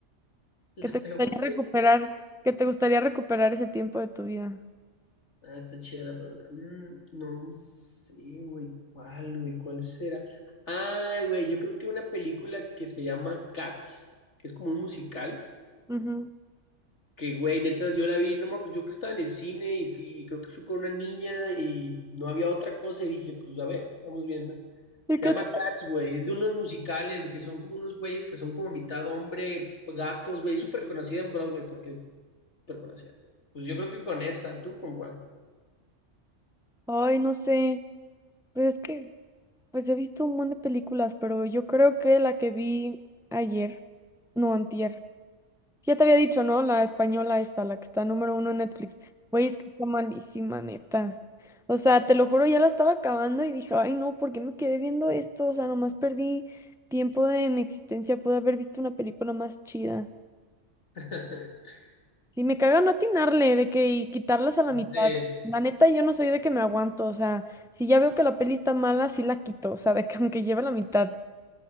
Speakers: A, on the left; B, in the centre.
A: La
B: que te
A: peor
B: gustaría recuperar?
A: película.
B: que te gustaría recuperar ese tiempo de tu vida?
A: Ah, está chida la pregunta. Mm, no sé, güey, cuál, güey, cuál será. Ah, güey, yo creo que una película que se llama Cats, que es como un musical.
B: Ujú.
A: Que güey, netas, yo la vi, no me acu- yo creo que estaba en el cine y fui, creo que fui con una niña y no había otra cosa y dije, pues a ver, vamos viendo.
B: ¿Y
A: Se
B: qué
A: llama
B: te-
A: Cats, güey, es de unos musicales que son como unos güeyes que son como mitad hombre, gatos, güey, es súper conocida en Broadway porque es súper conocida. Pues yo creo que con esa, ¿tú con cuál?
B: Ay, no sé. Pues es que, pues he visto un montón de películas, pero yo creo que la que vi ayer, no, antier. Ya te había dicho, ¿no? La española esta, la que está número uno en Netflix. Güey, es que está malísima, neta. O sea, te lo juro, ya la estaba acabando y dije, ay, no, ¿por qué me quedé viendo esto? O sea, nomás perdí tiempo de mi existencia. Pude haber visto una película más chida.
A: <laughs>
B: Sí, me caga no atinarle de que y quitarlas a la
A: Este,
B: mitad. La neta, yo no soy de que me aguanto. O sea, si ya veo que la peli está mala, sí la quito. O sea, de que aunque lleve la mitad.